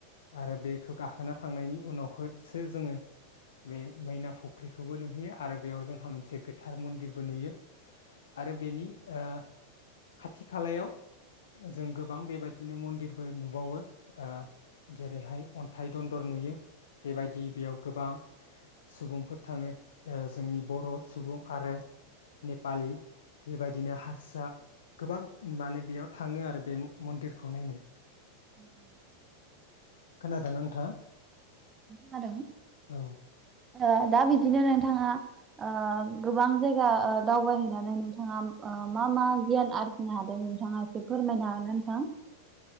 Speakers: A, on the left (about 60°); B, on the right (about 20°).
A: आरो बे एबेखौ गाखोना थांनायनि उनावहसो जोङो बे मैना फुख्रिखौबो नुहैयो आरो बेयाव जोंहा मोनसे गोथार मन्दिरबो नुयो। आरो बेनि ओ खाथि खालायाव जों गोबां बेबायदिनो मन्दिरबो नुबावो। आ जेरैहाय। अन्थाइ दन्दर नुयो बेबायदि बेयाव गोबां सुबुंफोर थाङो ओ जोंनि बर' सुबुं आरो नेपालि। बेबायदिनो हारसा। गोबां माने बेयाव थाङो आरो बे मन्दिरखौ नायनो।
B: उम।
A: खोनादोंना नोंथाङा?
B: खोनादों
A: औ
B: ओ दा बिदिनो नोंथाङा ओ गोबां जायगा ओ दावबायहैनानै नोंथाङा ओ मा मा गियान आरजिनो हादों नोंथाङा एसे फोरमायनो हागोन ना नोंथां?